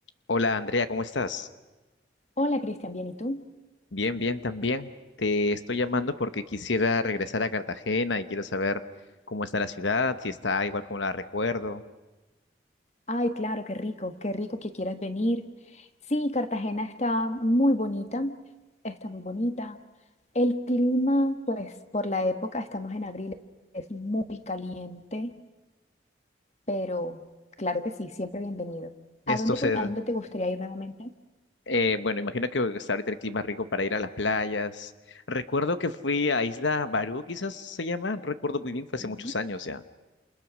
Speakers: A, on the left; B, on the left.
A: Hola Andrea, ¿cómo estás?
B: Hola Cristian, ¿bien y tú?
A: Bien, bien también. Te estoy llamando porque quisiera regresar a Cartagena y quiero saber cómo está la ciudad, si está igual como la recuerdo.
B: Ay, claro, qué rico, qué rico que quieras venir. Sí, Cartagena está muy bonita, está muy bonita. El clima, pues por la época, estamos en abril, es muy caliente, pero claro que sí, siempre bienvenido.
A: Esto
B: ¿A dónde,
A: se...
B: gu- a dónde te gustaría ir nuevamente?
A: eh, bueno, imagino que está ahorita el clima rico para ir a las playas. Recuerdo que fui a Isla Barú, quizás se llama, no recuerdo muy bien, fue hace
B: Dime.
A: muchos años ya.